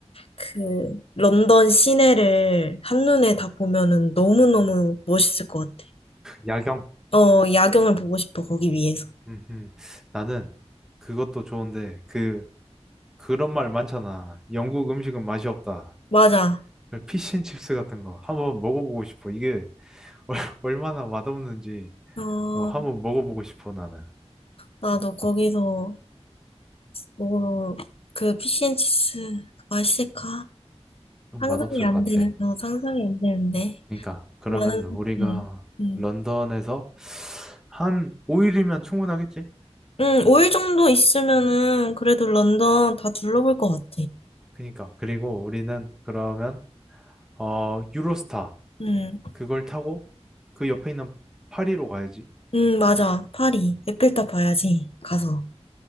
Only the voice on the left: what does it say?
그 런던 시내를 한눈에 다 보면은 너무너무 멋있을 것 같아.
어, 야경을 보고 싶어, 거기 위에서.
맞아.
어,
나도 거기서 뭐, 그 피시앤치스 맛있을까?
상상이
안
되는,
어, 상상이 안 되는데.
나는,
응, 응.
응, 5일 정도 있으면은 그래도 런던 다 둘러볼 것 같아.
응,
응, 맞아. 파리. 에펠탑 봐야지, 가서.